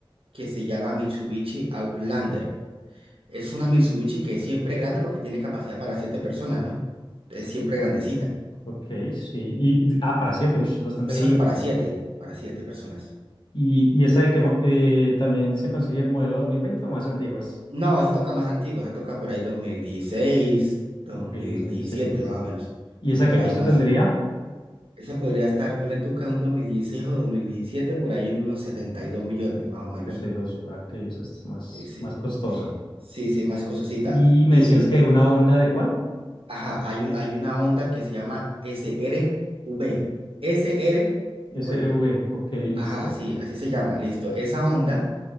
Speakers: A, on the right (about 75°); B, on the left (about 55°).
A: que se llama Mitsubishi Outlander. Es una Mitsubishi que es siempre grande porque tiene capacidad para siete personas, ¿no? Es siempre grandecita.
B: o- Ok, sí. Y, ah, para 7, es bastante
A: Sí,
B: grande.
A: para siete, para siete personas.
B: ¿Y, y esa de que mo- eh, también se consigue en modelo 2020 o más antiguas?
A: No, esa toca más antigua, esa toca por ahí dos dos mil dieciséis dos
B: Ok,
A: mil
B: 2016.
A: diecisiete más o menos.
B: ¿Y esa
A: Por
B: qué
A: ahí
B: costo
A: más.
B: tendría?
A: Esa podría estar, ponle tú que en un 2016 o 2017 por ahí unos 72 millones, más o menos.
B: 72. Ah, Ok, o sea, esta es más,
A: Sí, sí,
B: más costosa.
A: sí, sí, más cososita.
B: Y me
A: Y
B: decías que una Honda de cuál?
A: Ajá, hay, un- hay una onda que se llama SRV. SRV.
B: SRV. Ok, listo.
A: Ajá, sí, así se llama, listo. Esa onda,